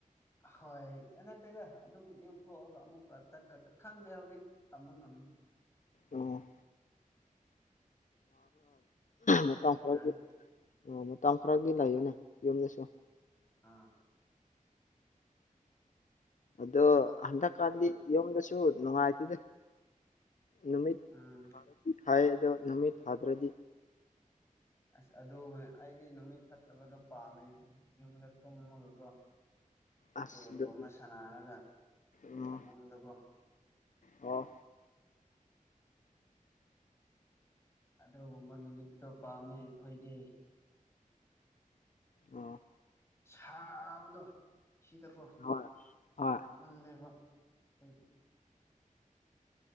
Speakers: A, on the left; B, on the left.
A: ꯍꯣꯏ ꯅꯠꯇꯦꯗ ꯑꯗꯨꯝ ꯌꯨꯝꯊꯣꯛꯑꯒ ꯑꯃꯨꯛꯀ ꯇꯠꯀ ꯈꯪꯗꯦ ꯍꯧꯖꯤꯛꯇ ꯇꯃ ꯉꯝꯅꯤ
B: ꯑꯣ
A: ꯊꯣꯛꯄꯁꯨ
B: ꯃꯇꯝ ꯈꯔꯒꯤ
A: ꯌꯥꯏ
B: ꯃꯇꯝ ꯈꯔꯗꯤ ꯂꯩꯌꯨꯅꯦ ꯌꯨꯝꯗꯁꯨ
A: ꯑꯥ
B: ꯑꯗꯣ ꯍꯟꯗꯛꯀꯥꯟꯗꯤ ꯌꯨꯝꯗꯁꯨ ꯅꯨꯡꯉꯥꯏꯇꯗ ꯅꯨꯃꯤꯠ
A: ꯎꯝ
B: ꯍꯥꯏ ꯑꯗꯣ ꯅꯨꯃꯤꯠ ꯊꯥꯗ꯭ꯔꯗꯤ
A: ꯑꯁ ꯑꯗꯨ ꯑꯩꯗꯤ ꯅꯨꯃꯤꯠ ꯐꯠꯇꯕꯗꯣ ꯄꯥꯝꯃꯦ ꯌꯨꯝꯗ ꯊꯨꯝꯃꯒꯗꯣ
B: ꯑꯁ
A: ꯌꯦꯣꯏꯒꯣ
B: ꯑꯗꯨꯗꯤ
A: ꯑꯃ ꯁꯥꯟꯅꯔꯒ
B: ꯑꯣ
A: ꯐꯃꯨꯡꯗꯨꯒꯣ
B: ꯑꯣ
A: ꯑꯗꯨꯒꯨꯝꯕ ꯅꯨꯃꯤꯠꯇꯣ ꯄꯥꯝꯃꯦ ꯑꯩꯈꯣꯏꯗꯤ
B: ꯑꯣ
A: ꯁꯥꯕꯗꯣ ꯁꯤꯗꯀꯣ
B: ꯍꯣꯏ ꯍꯣꯏ
A: ꯊꯝ ꯃꯜꯂꯦꯕ ꯑꯗꯨꯒꯤ